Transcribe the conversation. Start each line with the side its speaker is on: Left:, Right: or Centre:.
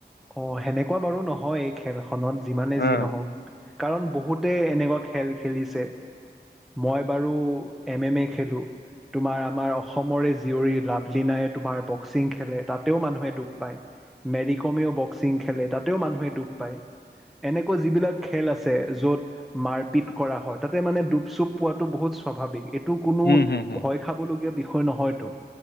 Centre: অ সেনেকুৱা বাৰু নহয় এই খেলখনত যিমানে
Left: অ
Centre: যি নহওক। কাৰণ বহুতে এনেকুৱা খেল খেলিছে। মই বাৰু এম এম এ খেলোঁ। তোমাৰ আমাৰ অসমৰে জীয়ৰী লাভলীনাই তোমাৰ বক্সিং খেলে তাতেও মানুহে দুখ পায়। মেৰী কমেও বক্সিং খেলে তাতেও মানুহে দুখ পায়। এনেকুৱা যিবিলাক খেল আছে য'ত মাৰপিট কৰা হয় তাতে মানে ডুপ- চুপ পোৱাটো বহুত স্বাভাৱিক। এইটো কোনো
Left: হুম হুম হুম
Centre: ভয় খাবলগীয়া বিষয় নহয়তো,